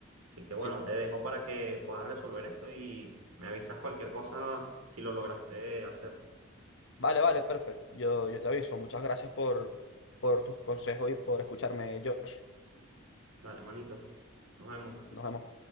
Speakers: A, on the right; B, on the left.
A: Así que bueno,
B: sí.
A: te dejo para que puedas resolver eso y me avisas cualquier cosa si lo lograste hacer.
B: Vale, vale, perfecto. Yo, yo te aviso. Muchas gracias por, por tus consejos y por escucharme, Josh.
A: Dale, manito. Nos vemos.
B: Nos vemos.